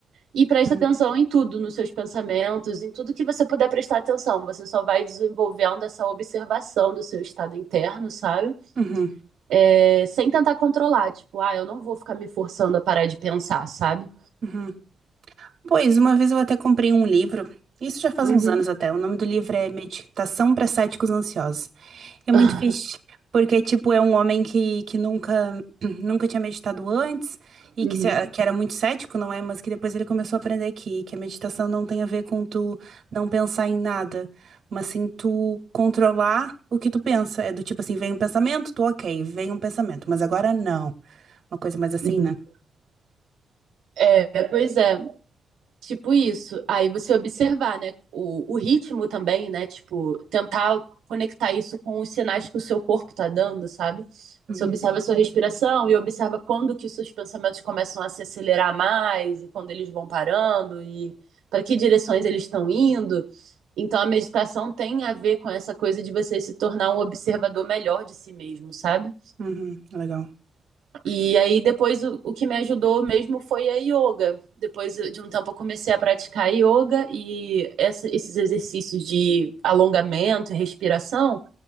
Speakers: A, on the right; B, on the right.
A: e presta
B: uhum,
A: atenção em tudo, nos seus pensamentos, em tudo que você puder prestar atenção. Você só vai desenvolvendo essa observação do seu estado interno, sabe?
B: uhum,
A: É, sem tentar controlar, tipo, ah, eu não vou ficar me forçando a parar de pensar, sabe?
B: uhum. Pois, uma vez eu até comprei um livro, isso já faz
A: Uhum.
B: uns anos até. O nome do livro é Meditação para Céticos Ansiosos. É muito
A: <laughs>
B: fixe, porque, tipo, é um homem que, que nunca, <clears throat> nunca tinha meditado antes e
A: Uhum.
B: que, se- que era muito cético, não é? Mas que depois ele começou a aprender que, que a meditação não tem a ver com tu não pensar em nada, mas sim tu controlar o que tu pensa. É do tipo assim, vem um pensamento, tu ok, vem um pensamento, mas agora não. Uma coisa mais assim,
A: Uhum.
B: né?
A: É, pois é, tipo isso. Aí você observar, né, o, o ritmo também, né, tipo, tentar conectar isso com os sinais que o seu corpo tá dando, sabe?
B: Uhum,
A: Você observa a sua respiração e observa quando que os seus pensamentos começam a se acelerar mais e quando eles vão parando e para que direções eles estão indo. Então a meditação tem a ver com essa coisa de você se tornar um observador melhor de si mesmo, sabe?
B: uhum, legal.
A: E aí depois o, o que me ajudou mesmo foi a yoga. Depois de um tempo eu comecei a praticar yoga e essa- esses exercícios de alongamento e respiração,